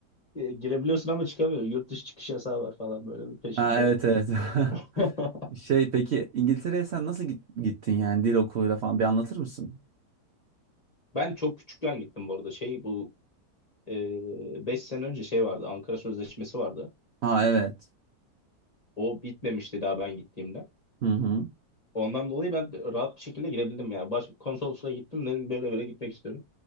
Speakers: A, on the left (about 30°); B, on the right (about 65°).
A: E, girebiliyorsun ama çıkamıyor. Yurt dışı çıkış yasağı var falan böyle bir peşinde.
B: Ha, evet evet.
A: <laughs>
B: <laughs> Şey peki İngiltere'ye sen nasıl git- gittin yani dil okuluyla falan bir anlatır mısın?
A: Ben çok küçükken gittim bu arada. Şey bu e, 5 sene önce şey vardı. Ankara Sözleşmesi vardı.
B: Ha evet.
A: O bitmemişti daha ben gittiğimde.
B: Hı hı.
A: Ondan dolayı ben rahat bir şekilde girebildim yani. Baş, konsolosluğa gittim dedim böyle böyle gitmek istiyorum.